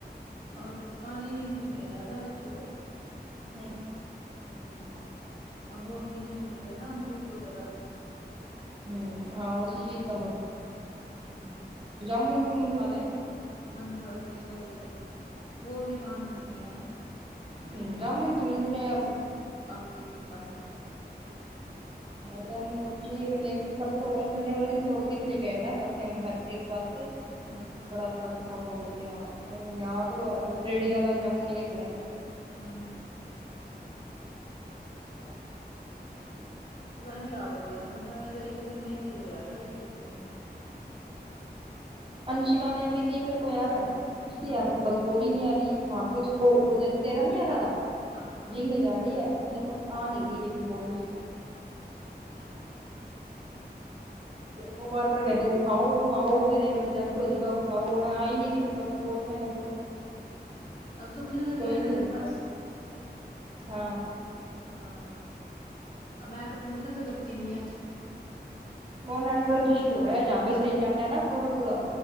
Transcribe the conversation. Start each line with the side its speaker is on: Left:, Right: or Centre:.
Left: اور پانی بھی نہیں پیا رہا میرے کو تو
Right: ہم
Left: ہم ار وہ بھی نہیں مل رہے نا امرود وغیرہ
Right: ہم ہاں
Left: من
Right: اسی چیز کا مت
Left: ہوں
Right: جامن وہ من کھا لے
Left: من تھوڑا صحیح سا ہو جائے وہ بھی کام مل رہی ہیں
Right: ہم جامن تو مل رہ ہیں اب
Left: املنگ پانی
Right: جامن بچی کر لے کے پرسوں سنڈے والے دن توڑ کے بھی لے کے ایا تھا اپنے فٹری کے پاس
Left: ہوں
Right: بڑا سارا لفافہ بھیا یاد ہو ریڑی والا جامنوں لے کے کھڑا ہے
Left: ہم <unintelligible> پتا نہیں کیا ہو گیا بہ میرا ایک دن میں ہی صحیح ہو جیا تھا ایک دن میں
Right: انشکا نے بھی کی میرے کو یار کچھ کی
Left: ہوں
Right: یار میں اولی نہیں ا رہی وہاں سے اس کو وہ جیسے تیرا نہیں رہا تھا
Left: ا
Right: رنگ میں جا رہی ہے میرے پاس ا نہیں رہی لیکن گول اس کی
Left: چہ
Right: بار بار کر کے اٹھاؤ اٹھاؤ میرے اگر ریجیکٹ ہو جائے گا اٹھاؤ میں ائی نہیں تی میر پاس بولنے کا
Left: اب تم نے کریا
Right: کوئی نہیں
Left: نا میرے
Right: ہو رہی
Left: پاس
Right: اوپر ہاں
Left: ہاں میں کروں گی نہ پھر لتی نہیں ہے
Right: وہ نیٹ ورک ایشو ہو رہا ہے جہاں پہ صحیح نیٹ ہے نا پورا پورا